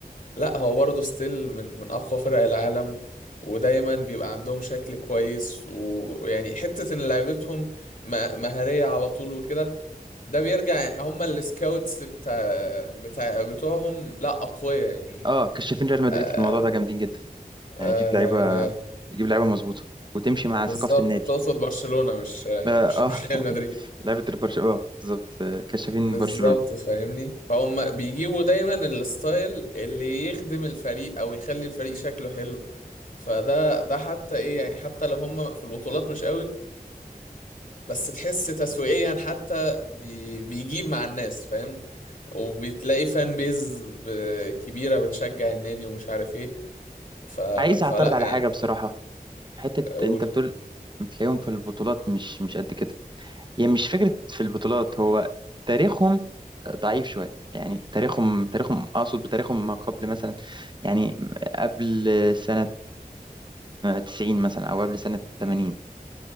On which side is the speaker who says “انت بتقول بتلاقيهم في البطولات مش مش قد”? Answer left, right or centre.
Right